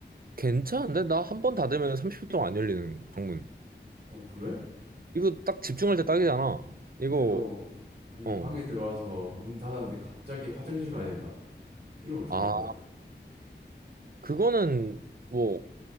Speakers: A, on the right; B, on the right.
A: 괜찮은데? 나 한 번 닫으면 30분 동안 안 열리는 방문.
B: 어, 그래?
A: 이거 딱 집중할 때 딱이잖아. 이거,
B: 근데 너, 아니,
A: 어.
B: 방에 들어와서 문 닫았는데 갑자기 화장실 가야 된다. 이러면 어떡할
A: 아,
B: 거야?
A: 그거는 뭐,